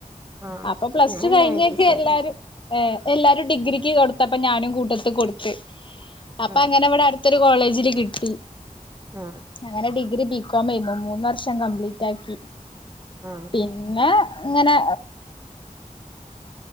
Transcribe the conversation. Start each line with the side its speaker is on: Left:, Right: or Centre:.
Right: ആ
Left: അപ്പൊ പ്ലസ്
Right: ഞാൻ
Left: ടു
Right: ഹ്യൂമാനിറ്റീസായിരുന്നു
Left: കഴിഞ്ഞക്കെ എല്ലാരും എല്ലാരും ഡിഗ്രിക്ക് കൊടുത്തപ്പ ഞാനും കൂട്ടത്ത് കൊട്ത്ത് അപ്പ
Right: ആ
Left: അങ്ങനെ ഇവടെ അട്ത്തൊര് കോളേജിൽ കി ട്ടി
Right: ആ
Left: അങ്ങനെ ഡിഗ്രി ബികോംമെയ്ന്നു മൂന്ന് വർഷം കംപ്ലീറ്റ് ആക്കി
Right: ആ
Left: പിന്നെ ഇങ്ങനെ